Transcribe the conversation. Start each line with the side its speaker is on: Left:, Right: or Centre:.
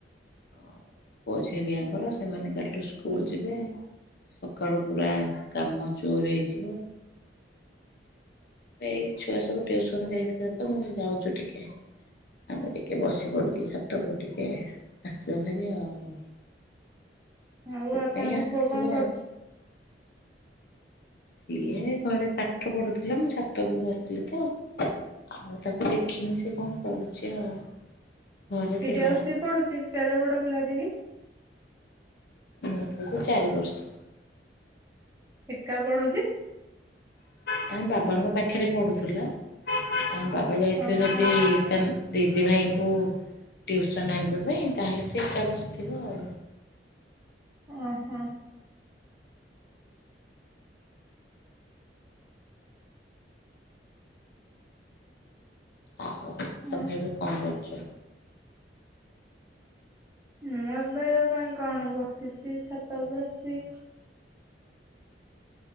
Left: ପୁଅ ଝିଅ ଦିଆଙ୍କର ସେମାନେ କାଲିଠୁ ସ୍କୁଲ ଯିବେ। ସକାଳୁ ପୁରା କାମ ଜୋର ହେଇଯିବ। ଏଇ ଛୁଆ ସବୁ ଟ୍ୟୁସନ ଯାଇଥିଲେ ତ ମୁଁ ଯାଉଛି ଟିକେ। ଆମେ ଟିକେ ବସି ପଡିକି ଛାତକୁ ଟିକେ ଆସିବା ଭାରି ଆଉ।
Right: ଆଉ
Left: ସେଥିପାଇଁ
Right: ଆପଣଙ୍କ
Left: ଆସିଥିଲ
Right: ପୁଅ କଣ କରୁଛି?
Left: ସିଏ ଘରେ ପାଠ ପଢୁଥିଲା ମୁଁ ଛାତ ଉପରକୁ ଆସିଥିଲି ତ। ଆଉ ତାକୁ ଦେଖିନି ସେ କଣ କରୁଛି ଆଉ ଘରେ
Right: ଏକିଟିଆ
Left: ଥିଲା
Right: ବସି ପଢୁଚି କେଡେ ବଡ ପିଲାଟେ କି?
Left: ମୋ ପୁଅକୁ ଚାରି ବର୍ଷ।
Right: ଏକା, ପଢୁଛି
Left: ତାଙ୍କ ବାବାଙ୍କ ପାଖରେ ପଡୁଥିଲା ତାଙ ବାବା ଯାଇଥିବେ
Right: ଓହୋ
Left: ଯଦି ତେନ ଦି ଦି ଭାଇଙ୍କୁ ଟ୍ୟୁସନ ଆଣିବାପାଇଁ ତାହେଲେ ସେ ଏକା ବସିଥିବ ଆଉ।
Right: ଓ ହୋ।
Left: ଆଉ
Right: ହଁ
Left: ତମେ ଏବେ କଣ କରୁଚ?
Right: ମୁଁ ଏବେ ଆଉ କାଇଁ କଣ ବସିଛି ଛାତ ଉପରୁ ଆସି।